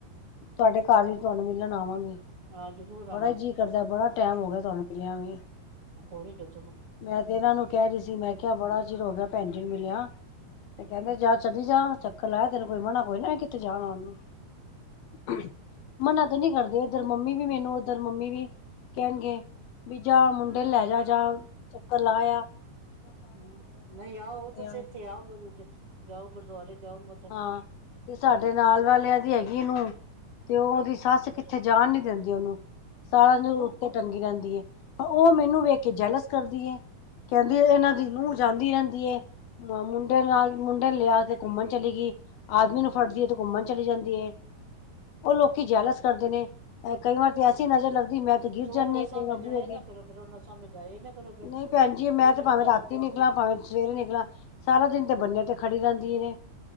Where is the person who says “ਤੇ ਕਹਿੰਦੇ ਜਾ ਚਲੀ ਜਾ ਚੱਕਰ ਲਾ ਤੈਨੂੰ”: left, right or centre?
Left